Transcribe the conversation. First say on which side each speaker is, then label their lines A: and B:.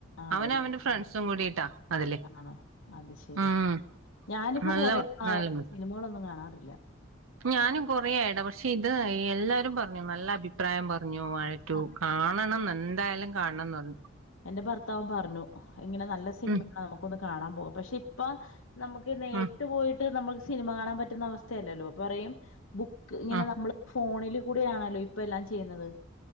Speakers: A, on the left; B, on the right.
A: ആണല്ലേ
B: അവന് അവന്റെ ഫ്രണ്ട്സും കൂടിട്ടാ അതില്
A: ആണോ അത് ശരി
B: ഉം
A: ഞാനിപ്പോ
B: നല്ല
A: കോറെആയി
B: നല്ല
A: സിനിമകളോന്നും കാണാറില്ല
B: ഞാനും കുറേയായിട പക്ഷേ ഇത് എല്ലാവരും പറഞ്ഞു നല്ല അഭിപ്രായം പറഞ്ഞു കുഞ്ഞു വാഴ റ്റൂ
A: ആ,
B: കാണണംന്ന് എന്തായാലും കാണണംന്ന് പറഞ്ഞു
A: എന്റെ ഭർത്താവും പറഞ്ഞു ഇങ്ങനെ നല്ല സിനിമയാണ്
B: ഉം
A: നമുകോന്ന് കാണാൻ പോകും പക്ഷെ ഇപ്പോ നമുക്ക് നേരിട്ട്
B: ഉം
A: പോയി ട്ട് നമ്മക്ക് സിനിമ കാണാൻ പറ്റുന്ന അവസ്ഥയല്ലല്ലോ പറയും ബുക്ക് ഇങ്ങനെ
B: ഉം
A: നമ്മള് ഫോണിൽ കൂടെ ആണല്ലോ ഇപ്പോ എല്ലാം ചെയ്യുന്നത്